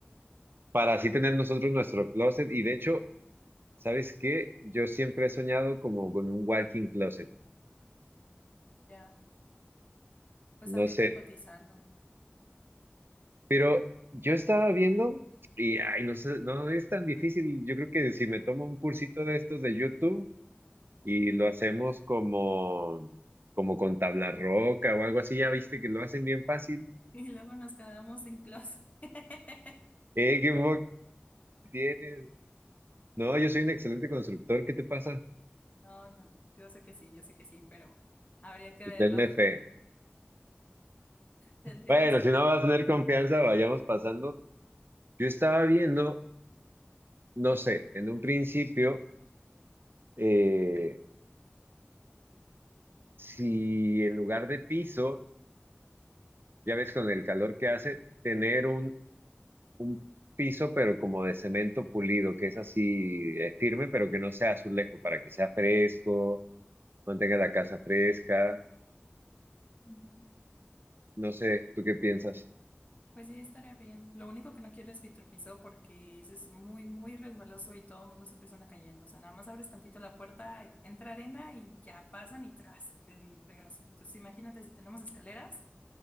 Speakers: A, on the right (about 65°); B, on the left (about 40°).
A: para así tener nosotros nuestro closet. Y de hecho, ¿sabes qué? Yo siempre he soñado como con un walking closet,
B: Ya. Pues
A: no
B: habría
A: sé,
B: que cotizarlo. <laughs>
A: pero yo estaba viendo y, ay, no sé, no es tan difícil. Yo creo que si me tomo un cursito de estos de YouTube y lo hacemos como, como con tabla roca o algo así, ya viste que lo hacen bien fácil.
B: Y luego nos quedamos sin closet. <laughs>
A: Eh, qué poco tienes. No, yo soy un excelente constructor, ¿qué te pasa?
B: No, no, no. Yo sé que sí, yo sé que sí, pero habría que verlo.
A: Usted me
B: <laughs>
A: fe.
B: Tendríamos
A: Bueno,
B: que
A: si no
B: checar.
A: vas a tener confianza, vayamos pasando. Yo estaba viendo no sé, en un principio, eh, si en lugar de piso, ya ves con el calor que hace, tener un, un piso, pero como de cemento pulido, que es así, eh, firme, pero que no sea azulejo, para que sea fresco, mantenga la casa fresca.
B: Ujú.
A: No sé, ¿tú qué piensas?
B: Pues sí, estaría bien. Lo único que no quiero es vitropiso porque ese es muy, muy resbaloso y todo el mundo siempre se anda cayendo. O sea, nada más abres tantito la puerta, y entra arena y ya pasan y tras el fregazo. Entonces, imagínate, si tenemos escaleras,